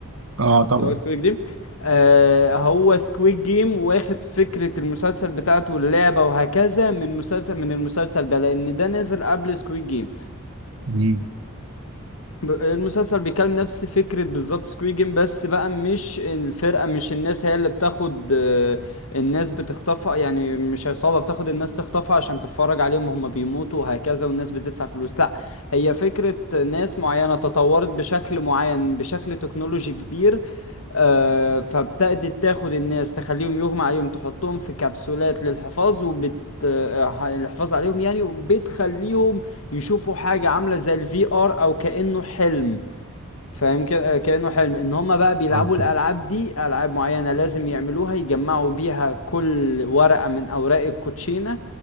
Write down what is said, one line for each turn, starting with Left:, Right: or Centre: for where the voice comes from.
Right: اه طبعا
Left: اللي هو سكويد جيم آه، هو سكويد جيم واخد فكرة المسلسل بتاعته اللعبة وهكذا من مسلسل من المسلسل ده لأن ده نزل قبل سكويد جيم
Right: مم.
Left: ب- المسلسل بيكلم نفس فكرة بالظبط سكوي جيم بس بقى مش الفرقة مش الناس هي اللي بتاخد آه، الناس بتخطفها يعني مش عصابة بتاخد الناس تخطفها عشان تتفرج عليهم وهم بيموتوا وهكذا والناس بتدفع فلوس لا هي فكرة ناس معينة تطورت بشكل معين بشكل تكنولوجي كبير آه، فابتدت تاخد الناس تخليهم يغمى عليهم تحطهم في كبسولات للحفاظ وبت آه، الحفاظ عليهم يعني وبتخليهم يشوفوا حاجة عاملة زي الفي ار او كأنه حلم فاهم كده كأنه حلم ان هم بقى بيلعبوا
Right: اه
Left: الالعاب
Right: مم.
Left: دي العاب معينة لازم يعملوها يجمعوا بيها كل ورقة من اوراق الكوتشينة